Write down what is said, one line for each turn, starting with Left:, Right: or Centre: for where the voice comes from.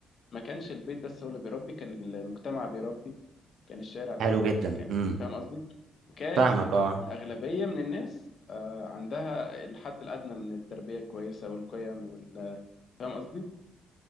Left: ما كانش البيت بس هو اللي بيربي كان المجتمع بيربي كان الشارع بيربي
Right: حلو جدا
Left: كان
Right: امم
Left: فاهم قصدي وكان
Right: فاهمك اه
Left: الأغلبية من الناس آه، عندها الحد الأدنى من التربية الكويسة والقيم وال فاهم قصدي